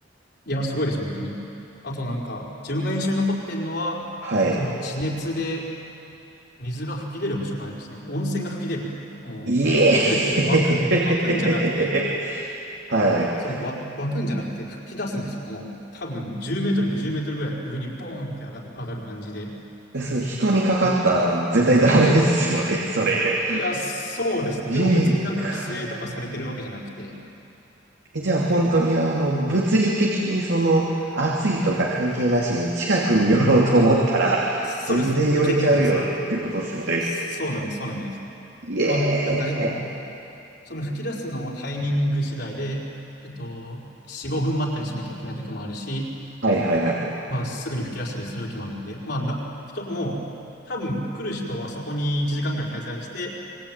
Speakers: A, on the left; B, on the right.
A: いや、すごいですよ、本当に。あとなんか、自分が印象に残ってるのは、
B: はい。
A: その地熱で水が噴き出る場所があるんですね。温泉が噴き出る。あの、
B: いえ
A: 噴き出るっていうのは湧く、
B: <laughs>
A: 湧くんじゃなくて、
B: はい。
A: そうなんです。わ、湧くんじゃなくて吹き出すんですよ。もう多分10メートル、20メートルぐらい上にボーンって上が、上がる感じで。
B: そう、人にかかったら絶対ダメですよね、
A: で、
B: それ。
A: いや、そうですね。
B: 地面から。
A: でも別になんか規制とかされてるわけじゃなくて、
B: え、じゃあ本当にあの、
A: 結構、
B: 物理的にその、暑いとか関係なしに近くに寄ろうと思ったら、
A: そうです。
B: 全然寄れちゃうよってことですよね。
A: で、いけるんですよ。そうなんです。そうなんです。
B: イエーイ
A: まあ、なんかでも、その吹き出すのもタイミング次第で、えっと、4、5分待ったりしなきゃいけない時もあるし、
B: はいはいはいはい。
A: まあ、すぐに吹き出したりする時もあるんで、まあ、な、人、もう、多分来る人はそこに1時間ぐらい滞在して、